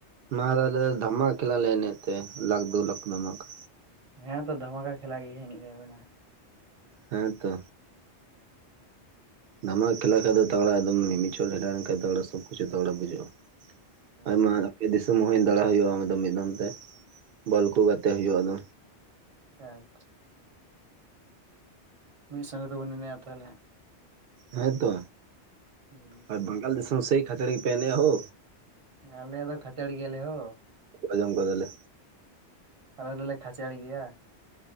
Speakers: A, on the right; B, on the right.
A: ᱞᱟᱦᱟ ᱦᱤᱞᱚᱜ ᱞᱮ ᱫᱷᱟᱢᱟ ᱠᱷᱮᱞᱟ ᱞᱮ ᱮᱱᱮᱡ ᱮᱱ ᱛᱮ ᱞᱟᱠᱷ ᱫᱩ ᱞᱟᱠᱷ ᱫᱷᱟᱢᱟᱠᱟ᱾
B: ᱦᱮᱸ ᱛᱚ ᱫᱷᱟᱢᱟᱠᱟ ᱠᱷᱮᱞᱟ ᱜᱮ ᱦᱟᱸᱜ ᱤᱧ ᱞᱟᱹᱭ ᱟᱵᱮᱱᱟ ᱦᱟᱸᱜ᱾
A: ᱦᱮᱸ ᱛᱚ᱾ ᱫᱷᱟᱢᱟᱠᱟ ᱠᱷᱮᱞᱟ ᱠᱷᱟᱱ ᱫᱚ ᱛᱟᱜᱲᱟ ᱮᱠᱫᱚᱢ ᱢᱤᱫᱪᱷᱚᱫ ᱞᱮᱸᱰᱟ ᱞᱮᱱᱠᱷᱟᱱ ᱫᱚ ᱥᱚᱵ ᱠᱤᱪᱷᱩ ᱛᱟᱜᱲᱟ ᱵᱩᱡᱟᱹᱜᱼᱟ᱾
B: ᱦᱟᱸᱜ
A: ᱟᱭᱢᱟ ᱟᱯᱮ ᱫᱤᱥᱚᱢ ᱦᱚᱸ᱾ ᱦᱳᱭ ᱞᱟᱲᱟᱜ ᱦᱚᱭᱚᱜᱼᱟ ᱢᱤᱫ ᱫᱚᱢ ᱛᱮ ᱵᱚᱞ ᱠᱚ ᱜᱟᱛᱮᱜ ᱦᱳᱭᱳᱜᱼᱟ ᱟᱫᱚ᱾
B: ᱦᱮᱸ ᱟᱪᱪᱷᱟ᱾ ᱢᱤᱫ ᱥᱚᱸᱜᱮ ᱛᱮᱵᱚᱱ ᱮᱱᱮᱡᱼᱟ ᱛᱟᱦᱚᱞᱮ᱾
A: ᱦᱮᱸᱛᱚ᱾
B: <inaudible>
A: ᱟᱨ ᱵᱟᱝᱜᱟᱞ ᱫᱮᱥᱚᱢ ᱥᱮᱭ ᱠᱷᱟᱛᱨᱟ ᱜᱮ ᱯᱮ ᱮᱱᱮᱡᱼᱟ ᱦᱳ᱾
B: ᱟᱞᱮ ᱫᱚ ᱠᱷᱟᱪᱮᱲ ᱜᱮᱭᱟᱞᱮ ᱦᱳ᱾
A: ᱟᱡᱚᱢ ᱠᱟᱫᱟᱞᱮ᱾
B: ᱟᱞᱮ ᱫᱚᱞᱮ ᱠᱷᱟᱪᱮᱲ ᱜᱮᱭᱟ᱾